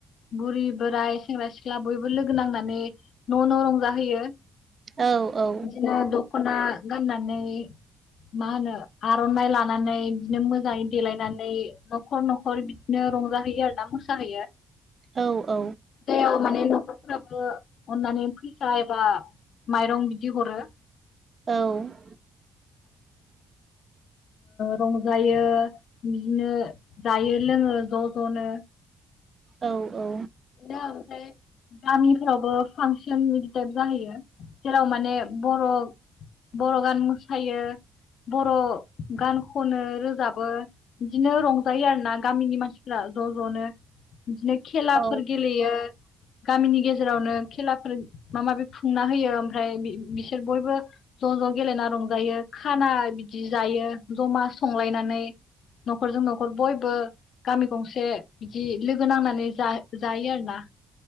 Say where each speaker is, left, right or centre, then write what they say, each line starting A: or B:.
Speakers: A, on the left; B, on the right.
A: बुरि बोराय सेंग्रा सिख्ला बयबो लोगो नांनानै न' न' रंजाहोयो ।
B: औ औ
A: बिदिनो दख'ना गाननानै मा होनो आर'नाइ लानानै बिदिनो मोजाङै देलायनानै न'खर न'खर बिदिनो रंजाहैयो आर ना मोसाहैयो
B: औ औ
A: जेयाव माने नखरफोराबो अननानै फैसा एबा माइरं बिदि हरो ।
B: औ ।
A: रंजायो बिदिनो । जायो लोङो ज' ज'नो
B: औ औ
A: दा <unintelligible> गामिफोरावबो फांसन बिदि टाइप जाहैयो जेराव माने बर' बर' गान मोसायो बर' गान खनो रोजाबो बिदिनो रंजायो आरो ना गामिनि मानसिफ्रा ज' ज'नो बिदिनो खेलाफोर
B: औ
A: गेलेयो गामिनि गेजेरावनो खेलाफोर मा माबि खुंना होयो ओमफ्राय बिसोर बयबो ज' ज' गेलेना रंजायो खाना बिदि जायो ज'मा संलायनानै न'खरजों न'खर बयबो गामि गंसे बिदि लोगो नांनानै जायो आरोना